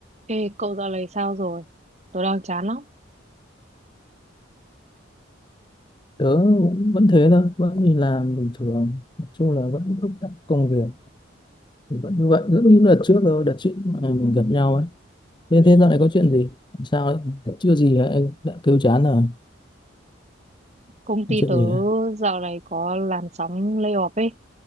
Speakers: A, on the right; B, on the left.
A: Ê, cậu dạo này sao rồi? Tớ đang chán lắm.
B: tớ cũng vẫn thế thôi vẫn đi làm bình thường nói chung là vẫn thúc đẩy công việc thì vẫn như vậy rất như đợt trước rồi đợt trước mà mình gặp nhau ấy thế thế dạo này có chuyện gì làm sao đấy chưa gì đã, đã kêu chán rồi
A: Công ty
B: chuyện
A: tớ
B: gì đấy
A: dạo này có làn sóng layoff ấy.